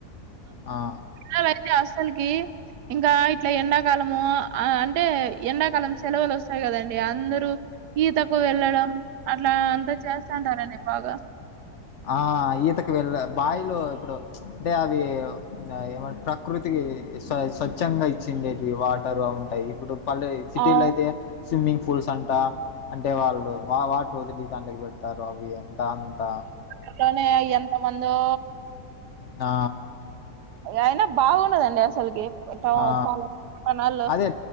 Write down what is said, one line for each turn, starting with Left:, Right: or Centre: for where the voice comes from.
Left: ఆ
Right: <inaudible> హాస్టల్కి ఇంకా ఇట్లా ఎండాకాలము అంటే ఎండాకాలం సెలవులు వస్తాయి కదండి అందరు ఈతకు వెళ్ళడం అట్లా అంతా చేస్తాంటారండి బాగా
Left: ఆ ఈతకి వెళ్ళ బావిలో ఇప్పుడు అంటే అవి ఏమ ప్రకృతికి స్వచ్ఛంగా ఇచ్చిండేటివి వాటరు అవి ఉంటాయి ఇప్పుడు పళ్ సిటీలో
Right: అవు
Left: అయితే స్విమ్మింగ్ పూల్స్ అంట అంటే వాళ్ళు వాటర్ వదిలి దాంట్లోకి తారు అవి ఎంత అంత
Right: అలానే ఎంత మందో
Left: ఆ
Right: అయినా బాగుండవండి అసలకి టౌ
Left: ఆ
Right: పల పట్టణాల్లో
Left: అదే